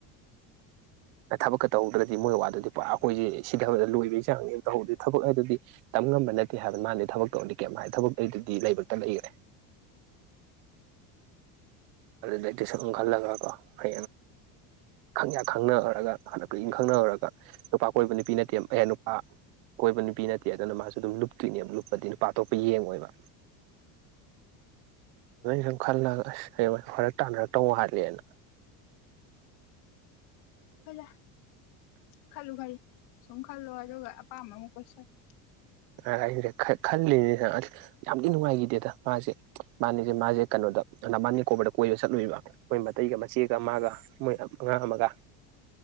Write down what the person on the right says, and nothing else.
ꯊꯕꯛꯀ ꯇꯧꯍꯧꯗ꯭ꯔꯗꯤ ꯃꯣꯏ ꯋꯥꯗꯨꯗꯤ ꯄꯨꯔꯥ ꯑꯩꯈꯣꯏꯁꯦ ꯁꯤꯊꯕꯗ ꯂꯣꯏꯕꯒꯤ ꯆꯥꯡꯅꯦ ꯇꯧꯍꯧꯗꯗꯤ ꯊꯕꯛ ꯍꯥꯏꯗꯨꯗꯤ ꯉꯝꯕ ꯅꯠꯇꯦ ꯍꯥꯏꯕ ꯃꯥ ꯊꯕꯛ ꯇꯧꯔꯅꯤ ꯀꯩ ꯊꯕꯛꯗꯨꯗꯤ ꯂꯩꯕꯛꯇ ꯂꯩꯈ꯭ꯔꯦ ꯃꯥꯗꯤ ꯁꯨꯝꯜꯂꯒꯀꯣ ꯍ ꯈꯪꯌꯥ ꯈꯪꯅꯍꯔꯒ ꯍꯟꯗꯛ ꯀꯨꯏꯅ ꯈꯪꯅꯍꯔꯒ ꯅꯨꯄꯥ ꯀꯣꯏꯕ ꯅꯨꯄꯤ ꯅꯠꯇꯦ ꯑꯌꯥ ꯅꯨꯄꯥ ꯀꯣꯏꯕ ꯅꯨꯄꯤ ꯅꯠꯇꯦ ꯑꯗꯨꯅ ꯃꯥꯁꯨ ꯑꯗꯨꯝ ꯂꯨꯞꯇꯣꯏꯅꯦ ꯂꯨꯞꯄꯗꯤ ꯅꯨꯄꯥ ꯑꯇꯣꯞꯄ ꯌꯦꯡꯉꯣꯏꯕ ꯁ ꯈꯜ ꯂꯒ ꯑꯁ ꯍꯌꯦꯡ ꯍꯔ ꯇꯥꯟꯅꯔꯛꯇꯧ ꯍꯥꯂꯦꯅ
ꯑꯩꯁꯦ ꯈꯜꯂꯤꯅꯤ ꯑꯁ ꯌꯥꯝꯗꯤ ꯅꯨꯡꯉꯥꯏꯈꯤꯗꯦꯗ ꯃꯥꯁꯦ ꯃꯥꯅꯤꯁꯦ ꯃꯥꯁꯦ ꯀꯩꯅꯣꯗ ꯅꯕꯥꯅꯤꯀꯣꯗ ꯀꯣꯏꯕ ꯆꯠꯂꯨꯕ ꯃꯣꯏ ꯃꯇꯩꯒ ꯃꯆꯦꯒ ꯑꯃꯒ ꯃꯣꯏ ꯑꯉꯥꯡ ꯑꯃꯒ